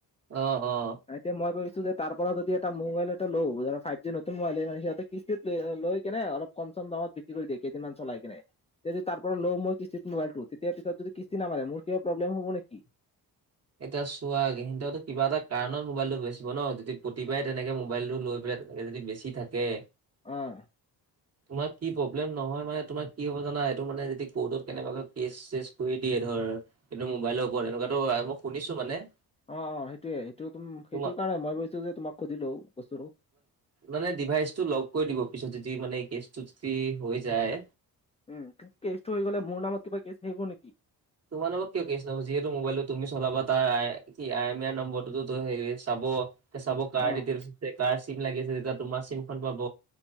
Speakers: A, on the right; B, on the left.
A: অ', অ'।
B: আ এতিয়া মই কৈছোঁ যে তাৰ পৰা যদি এটা মোবাইল এটা লওঁ যে ফাইভ জি নতুন মবাইলে মানে সিহঁতে কিস্তিত লৈ কেনে অলপ কম চম দামত বিক্ৰী কৰি দিয়ে কেইদিনমান চলাই কিনে। এতিয়া যদি তাৰ পৰা লওঁ মই কিস্তিত মোবাইলটো তেতিয়া পিছত যদি কিস্তি নামাৰে মোৰ কিবা প্ৰব্লেম হ'ব নেকি?
A: এতিয়া চোৱা গিণ্ড হতে কিবা এটা কাৰণত মোবাইলটো বেচিব ন যদি প্ৰতিবাৰে তেনেকে মোবাইলটো লৈ পেলাই। তেনেকে যদি বেছি থাকে।
B: অ'।
A: তোমাৰ কি প্ৰব্লেম নহয় মানে তোমাৰ কি হব জানা এইটো মানে যদি কৌৰ্টত কেনেবাকৈ কেচ চেচ কৰি দিয়ে ধৰ- কিন্তু মোবাইলৰ ওপৰত এনেকুৱাতো মই শুনিছো মানে।
B: অঁ অঁ সেইটোয়ে সেইটো তোম
A: তোমাৰ
B: সেইটো কাৰণে মই ভাবিছো যে তোমাক সুধিলো বস্তুটো।
A: মানে ডিভাইচটো লগ কৰি দিব পিছত যদি মানে কেচটো যদি হৈ যায়।
B: উম' কিন্তু, কেচটো হৈ গ'লে মোৰ নামত কিবা কেছ আহিব নেকি?
A: তোমা নামত কিয় কেছ নহব যিহেতু মোবাইলটো তুমি চলাবা তাৰ আই এমাই নম্বৰটোটো হেই চাব। চাব কাৰ
B: অ',
A: দিতেলচ কাৰ চিম লাগি আছে তেতিয়া তোমাৰ চিমখন পাব।